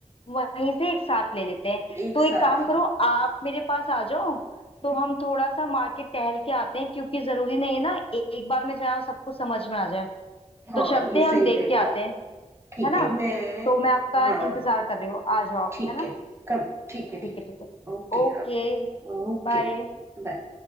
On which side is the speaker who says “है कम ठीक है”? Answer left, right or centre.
Right